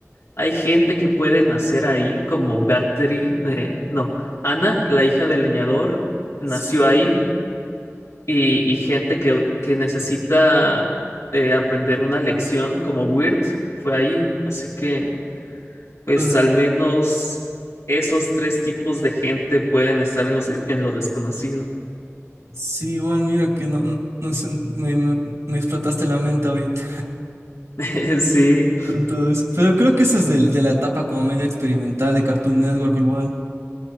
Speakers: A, on the left; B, on the right.
A: Hay gente que puede nacer ahí, como Battery, eh, no, Ana, la hija del leñador, nació
B: sí,
A: ahí y, y gente que, que necesita eh, aprender una lección como Weird fue ahí. Así que, pues
B: entonces,
A: al menos esos tres tipos de gente pueden estar en, los, en lo desconocido.
B: sí, igual mira que no, no, no sé, me, me, me explotaste la mente ahorita
A: <laughs> Sí.
B: <laughs> con todo eso. Pero creo que eso es del- de la etapa como media experimental de Cartoon Network igual.